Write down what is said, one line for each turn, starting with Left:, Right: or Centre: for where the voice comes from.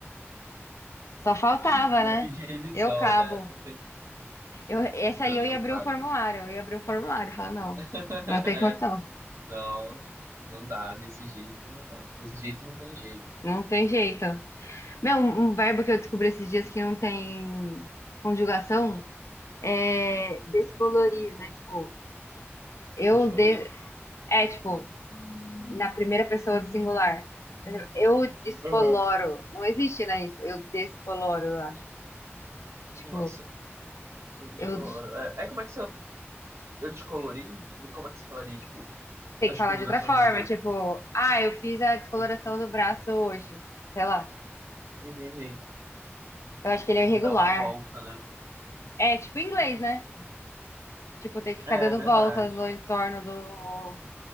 Left: Só faltava,
Right: <laughs> Já
Left: né?
Right: pedi revisão,
Left: Eu cabo.
Right: né?
Left: Eu, essa
Right: Não,
Left: aí eu
Right: eu
Left: ia abrir
Right: caibo.
Left: o formulário. Eu ia abrir o formulário. Falar, não,
Right: <laughs>
Left: não tem
Right: É,
Left: condição.
Right: não, não dá. Desse jeito não dá. Desse jeito não tem jeito.
Left: Não tem jeito. Meu, um um verbo que eu descobri esses dias que não tem conjugação é descolorir,
Right: Hum,
Left: né? Tipo, eu
Right: deixa
Left: de... É, tipo, na primeira pessoa do singular. Eu descoloro.
Right: Uhum.
Left: Não existe, né, isso? Eu descoloro, eu acho. Tipo,
Right: Nossa, eu descoloro.
Left: eu
Right: É, aí como é que você Eu descolori? Como é que você falaria? Tipo,
Left: tem
Right: as
Left: que falar
Right: conjugações
Left: de outra forma,
Right: das outras.
Left: tipo, ah, eu fiz a descoloração
Right: Uhum,
Left: do braço hoje. Sei lá.
Right: entendi.
Left: Eu acho que ele
Right: Você
Left: é
Right: tem
Left: irregular.
Right: que dar uma volta, né?
Left: É tipo inglês, né? Tipo, tem que ficar
Right: É,
Left: dando
Right: é verdade.
Left: voltas no entorno do,